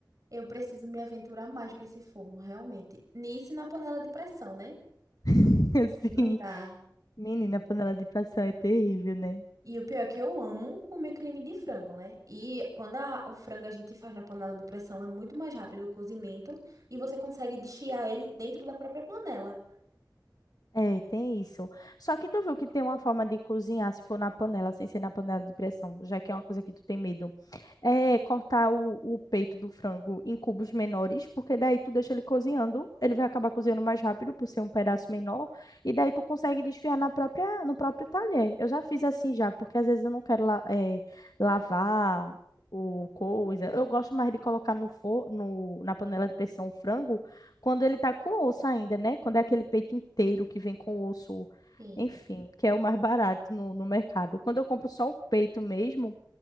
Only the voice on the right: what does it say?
Eu preciso me aventurar mais com esse forno, realmente. Nisso e na panela de pressão, né?
E não dá.
E o pior é que eu amo comer creme de frango, né? E quando a- o frango a gente faz na panela de pressão, é muito mais rápido o cozimento e você consegue desfiar ele dentro da própria panela.
Sim.